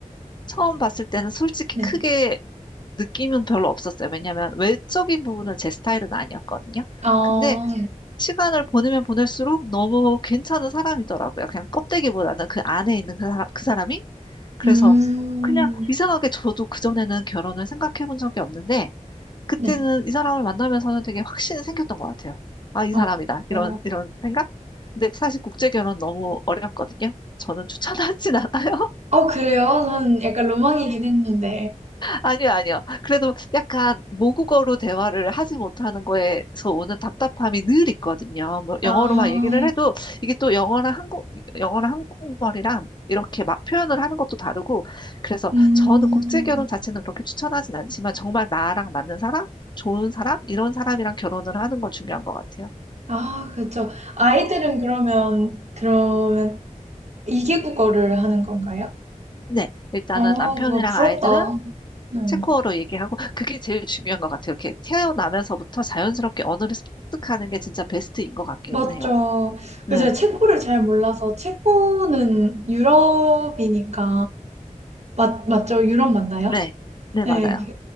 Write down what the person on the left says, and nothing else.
처음 봤을 때는 솔직히
크게 느낌은 별로 없었어요. 왜냐면 외적인 부분은 제 스타일은 아니었거든요.
근데 시간을 보내면 보낼수록 너무 괜찮은 사람이더라고요. 그냥 껍데기보다는 그 안에 있는 그 사람, 그 사람이. 그래서
그냥 이상하게 저도 그전에는 결혼을 생각해 본 적이 없는데 그때는
이 사람을 만나면서는 되게 확신이 생겼던 것 같아요. 아, 이
사람이다.
이런, 이런 생각? 근데 사실 국제결혼 너무 어렵거든요. 저는 추천하진 <laughs> 않아요.
아니요, 아니요. 그래도 약간 모국어로 대화를 하지 못하는 거에서 오는 답답함이 늘 있거든요. 뭐
영어로 막 얘기를 해도 이게 또 영어랑 한국, 영어랑 한국말이랑 이렇게 막 표현을 하는 것도 다르고 그래서
저는 국제 결혼 자체는 그렇게 추천하진 않지만 정말 나랑 맞는 사람, 좋은 사람, 이런 사람이랑 결혼을 하는 건 중요한 것 같아요.
네, 일단은
남편이랑
아이들은
체코어로 얘기하고 그게 제일 중요한 것 같아요. 이렇게 태어나면서부터 자연스럽게 언어를 습득하는 게 진짜 베스트인 것 같기는
해요. 네,
네, 네,
맞아요.